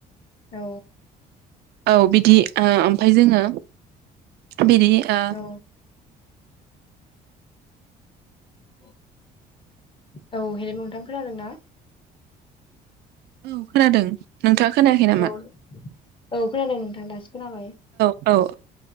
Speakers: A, on the left; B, on the right.
A: औ
B: औ बिदि ओमफ्राय जोङो बिदि ओ
A: औ <inaudible> औ हेलो नोंथां खोनादों ना
B: औ खोनादों नोंथाङा खोनायाखै नामा
A: औ औ खोनादों नोंथां दासो खोनाबाय
B: औ औ